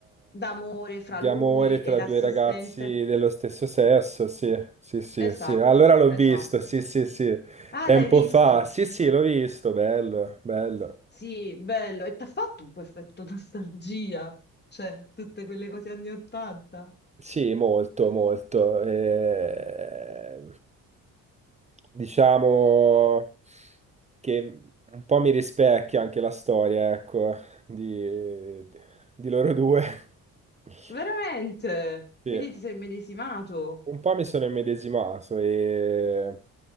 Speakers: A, on the left (about 25°); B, on the right (about 20°).
A: D'amore fra
B: di
A: lui
B: amore
A: e
B: tra
A: l'assistente.
B: due ragazzi dello stesso sesso. Sì, sì, sì,
A: Esatto,
B: sì. Allora l'ho
A: esatto.
B: visto, sì, sì, sì.
A: Ah,
B: Tempo
A: l'hai visto?
B: fa. Sì, sì, l'ho visto, bello, bello.
A: Sì, bello. E ti ha fatto un po' effetto nostalgia, cioè tutte quelle cose anni 80.
B: Sì, molto, molto. Eh, diciamo che un po' mi rispecchia anche la storia, ecco, di, di loro due. <laughs>
A: Veramente?
B: Sì.
A: Quindi ti sei immedesimato?
B: Un po' mi sono immedesimato e